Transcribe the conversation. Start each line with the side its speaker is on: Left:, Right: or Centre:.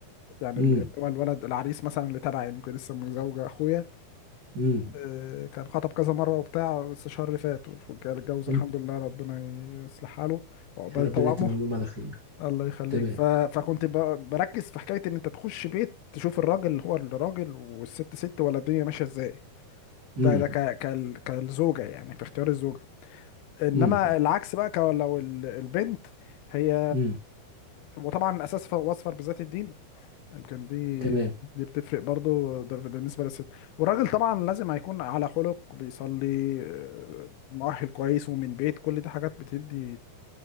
Left: يعني
Right: امم
Left: ال- هو الولد العريس مثلا اللي تبعي يعني يمكن لسه متزوجه اخويا
Right: امم
Left: آه، كان خطب كذا مره وبتاع بس الشهر اللي فات وكان اتجوز
Right: امم
Left: الحمد لله ربنا يصلح حاله وعقبال
Right: ربنا
Left: توامه
Right: يتمم لهم على خير
Left: الله يخليك
Right: تمام
Left: ف... فكنت ب... بركز في حكايه ان انت تخش بيت تشوف الراجل هو الراجل والست ست ولا الدنيا ماشيه ازاي
Right: امم
Left: ده ده ك... كال... كالزوجه يعني في اختيار الزوجه انما
Right: امم
Left: العكس بقى كو- لو ال- البنت هي
Right: امم
Left: وطبعا اساس ف- واصفر بذات الدين يمكن دي
Right: تمام
Left: دي بتفرق برضو ده ده بالنسبه للست والراجل طبعا لازم هيكون على خلق بيصلي آه، مؤهل كويس ومن بيت كل دي حاجات بتدي